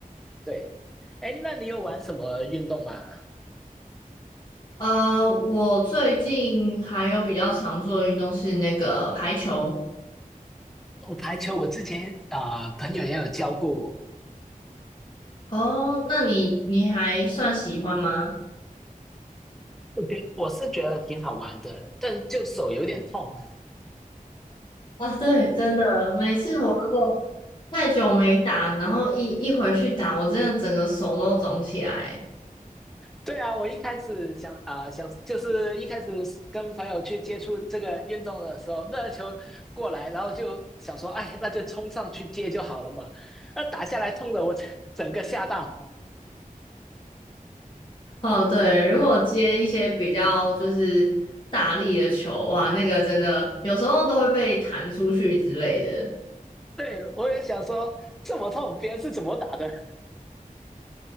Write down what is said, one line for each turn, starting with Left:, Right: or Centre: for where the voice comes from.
Centre: 对，哎，那你有玩什么运动吗？
Left: 呃，我最近还有比较常做的运动是那个排球。
Centre: 我排球，我之前啊、呃朋友也有教过我，
Left: 哦，那你你还算喜欢吗？
Centre: 我觉我是觉得挺好玩的，但就手有点痛。
Left: 啊，对，真的，每次我如果太久没打，然后一一回去打，我真的整个手都肿起来。
Centre: 对啊，我一开始想啊、呃想就是一开始跟朋友去接触这个运动的时候，那个球过来，然后就想说，哎，那就冲上去接就好了嘛。那打下来痛的我整整个吓到，
Left: 哦，对，如果接一些比较就是大力的球，哇，那个真的有时候都会被弹出去之类的，
Centre: 对我也想说这么痛，别人是怎么打的？